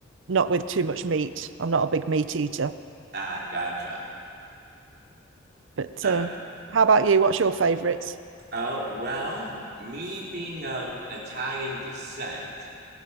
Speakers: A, on the right; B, on the right.
A: not with too much meat. I'm not a big meat eater,
B: Ah, gotcha.
A: but
B: So
A: uh, how about you? What's your favourites?
B: Oh, well, me being of Italian descent,